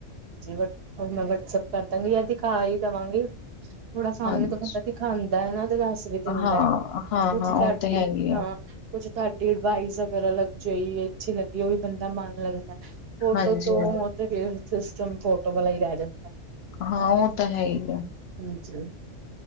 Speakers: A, on the right; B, on the left.
A: ਜਿਵ, ਉਹ ਮੈਂ ਵਟਸਐਪ ਕਰ ਦਾਂਗੀ ਜਾਂ ਦਿਖਾ ਈ ਦਵਾਂਗੀ, ਥੋੜਾ ਸਾਮਣੇ
B: ਹਾਂਜੀ
A: ਤੋਂ ਬੰਦਾ ਖਾਂਦਾ ਏ ਨਾਂ ਤੇ ਦਸ ਵੀ ਦਿੰਦਾ,
B: ਹਾਂ ਹਾਂ
A: ਕੁਛ
B: ਹਾਂ
A: ਸਾਡੀ,
B: ਉਹ ਤੇ ਹੈ ਹੀ
A: ਹਾਂ
B: ਆ
A: ਕੁਛ ਤੁਹਾਡੀ ਅਡਵਾਈਸ ਅਗਰ ਅਲੱਗ ਜਾਈ ਅੱਛੀ ਲੱਗੀ ਉਹ ਵੀ ਬੰਦਾ ਮੰਨ ਲੈਂਦਾ ਫੋਟੋ
B: ਹਾਂਜੀ
A: ਤੋਂ ਤੇ ਫੇਰ ਸਿਸਟਮ ਫੋਟੋ ਬਲਾ ਈ ਰਹਿ ਜਾਂਦਾ।
B: ਹਾਂ, ਉਹ ਤਾਂ ਹੈ ਹੀ ਆ
A: ਹਾਂਜੀ